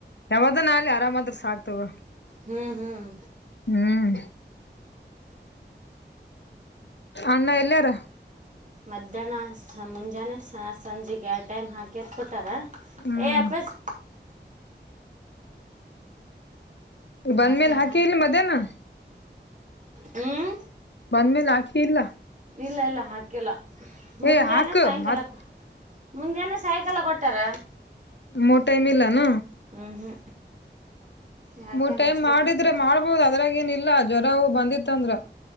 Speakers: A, on the left; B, on the right.
A: ಯಾವ್ದ ನ ಅಾಲಲಿ ಆರಾಮಾದ್ರೂ ಸಾಕ್ತವ
B: ಹ್ಮ್ ಹ್ಮ್
A: ಹ್ಮ್ ಅಣ್ಣ ಎಲ್ಲಯಾರ
B: ಮಧ್ಯಾಹ್ನ ಮುಂಜಾನೆ ಸಂಜೆಗೆ ಎರಡು ಟೈಮ್ ಹಾಕಿ ಕೆತ್ ಕೊಟ್ಟಾರಾ
A: ಹ್ಮ್
B: ಏ ಅಪ್ಪಸ್
A: ಬಂದ್ಮೇಲೆ
B: ಎರಡು ಟೈಮ್
A: ಹಾಕಿ ಇಲ್ಲಿ ಮಧಹ್ನ
B: ಹ್ಮ್
A: ಬಂದ್ಮೇಲೆ ಹಾಕಿ ಇಲ್ಲ
B: ಇಲ್ಲ ಇಲ್ಲ ಹಾಕಿಲ್ಲ ಮುಂಜಾನೆ
A: ಏ ಹಾಕ್
B: ಸಾಯಂಕಾಲಕ್ಕೆ
A: ಮತ್
B: ಮುಂಜಾನೆ ಸಾಯಂಕಾಲ ಕೊಟ್ಟಾರ
A: ಮೂರು ಟೈಮ್ ಇಲ್ಲಾನ
B: ಹ್ಞೂ ಹ್ಞೂ ಎರಡು
A: ಮೂರು ಟೈಮ್
B: ಅಷ್ಟೇ
A: ಮಾಡಿದ್ರೆ
B: ಕೊಟ್ಟ
A: ಮಾಡ ಹೌದ್ ಅದ್ರಾಗ ಏನಿಲ್ಲಾ ಜ್ವರವವು ಬಂದಿತ್ತ ಅಂದ್ರ